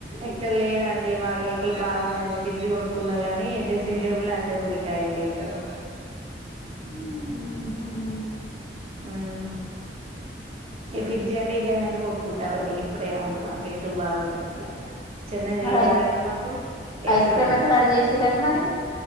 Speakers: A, on the right; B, on the left.
A: అయితే లేదా మాకు ఎలుకలు బాగున్నాయండి ఫ్రిడ్జ్ కొనుక్కున్నాగాని డ్రెస్సింగ్ టేబుల్ అంత కోరికయండి ఎలుకలు
B: హుహు.
A: మ్ ఫ్రిడ్జ్ గంట ఇట్లనే పడు కుంటావండి ఇప్పుడేమెూద్దు మా గిళకలు బాగున్నాయి ఇంట్ల చిన్న
B: మరి
A: ఇల్లు కదండి
B: ఐస్
A: మాకు ఎలుకలు
B: ఐస్ క్రీమ్
A: ఉన్నాయండి
B: ఎట్లా రెడీ చేసిరండి మరి